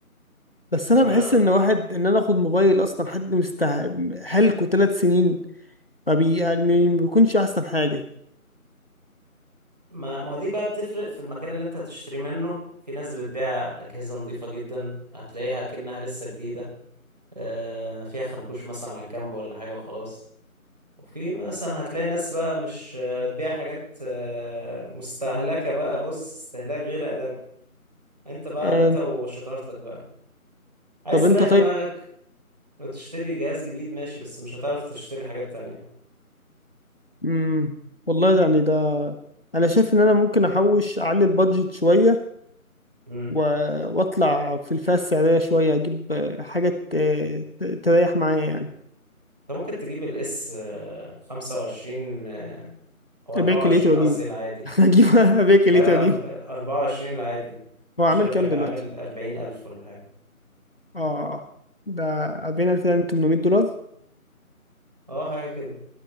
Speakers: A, on the left; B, on the right.
A: بس انا
B: يعني
A: بحس
B: أنا
A: ان واحد ان انا اخد موبايل اصلا حد مستع هلكه ثلاث سنين ما بي يعني ما بيكونش احسن حاجه
B: ما, ما هو دي بقى بتفرق في المكان اللي أنت هتشتري منه في ناس بتبيع أجهزة نظيفة جدا هتلاقيها كأنها لسه جديدة آه، فيها خربوش مثلا على الجنب ولا حاجة وخلاص وفي مثلا هتلاقي ناس بقى مش آه، بتبيع حاجات آه، مستهلكة بقى بص استهلاك غير آدمي انت بقى
A: آه
B: انت وشطارتك بقى عايز
A: طب انت
B: تريح دماغك
A: طيب
B: لو تشتري جهاز جديد ماشي بس مش هتعرف تشتري حاجات تانية بقى
A: مم. والله يعني ده انا شايف ان انا ممكن احوش اعلي البادجت شويه
B: امم
A: و... واطلع في الفئه السعريه شويه اجيب آه، حاجه ت... ت- تريح معايا يعني
B: انت ممكن تجيب الاس 25 آه، او 24
A: ابيع كليتي واجيبه
B: قصدي العادي
A: <laughs> اجيب ابيع كليتي
B: لا لا
A: واجيبه
B: ال- 24 العادي
A: هو
B: مش
A: عامل
B: عارف
A: كام
B: هيبقى
A: دلوقتي
B: عامل 40000 ولا حاجة
A: اه آه، ده 40800 دولار
B: اه حاجة كده